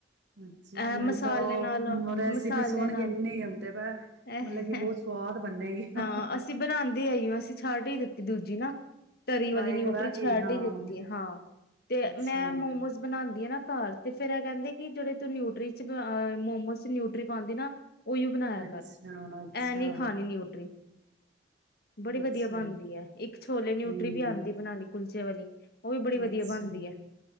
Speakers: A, on the right (about 75°); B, on the left (about 60°).
A: ਅੱਛਾ
B: ਐ ਮਸਾਲੇ
A: ਮੈਂ ਤਾਂ ਉਹ
B: ਨਾਲ,
A: ਮਰੇ
B: ਮਸਾਲਿਆਂ
A: ਵੀ ਸੁਣ
B: ਨਾਲ
A: ਕੇੰਨੇ ਆਉਂਦੇ ਵਾ
B: ਐ
A: ਮਤਲਬ ਕਿ ਬਹੁਤ ਸਵਾਦ ਬੰਨੇਗੀ। ਹਾ
B: ਹਾਂ
A: ਹਾ ਹਾ।
B: ਅਸੀਂ <inaudible> ਛੱਡ ਹੀ ਦਿੱਤੀ ਦੂਜੀ ਨਾ ਤਰੀ
A: ਟਰਾਈ
B: ਵਾਲੀ ਨਿਊਟਰੀ
A: ਕਰਾਂਗੀ
B: ਛੱਡ
A: ਹਾਂ,
B: ਹੀ ਦਿੱਤੀ ਹਾਂ ਤੇ
A: ਅੱਛਾ।
B: ਮੈਂ ਮੋਮੋਸ ਬਣਾ ਨਾ ਘਰ ਤੇ ਫੇਰ ਇਹ ਕਹਿੰਦੇ ਕਿ ਜਿਹੜੇ ਤੂੰ ਨਿਊਟਰੀ ਚਹ ਮੋਮੋਸ ਨਿਊਰੀ ਟਟਰੀ ਪਾਉਂਦੀ ਨਾ ਉਹੀਓ ਬਣਾਇਆ
A: ਅੱਛਾ,
B: ਕਰ
A: ਅੱਛਾ,
B: ਐਂ ਨੀ ਖਾਣੀ ਨਿਊਟਰੀ ਬੜੀ
A: ਅੱਛਾ,
B: ਵਧੀਆ ਬਣਦੀ ਹੈ ਇੱਕ ਛੋਲੇ ਨਿਊਟਰੀ
A: ਹੂੰ,
B: ਵੀ ਆਉਂਦੀ ਬਣਾਉਣੀ ਕੁਲਚੇ ਵਾਲੀ ਹ ਉਹ ਵੀ ਬੜੀ ਵਧੀਆ
A: ਅੱਛਾ।
B: ਬਣਦੀ ਹੈ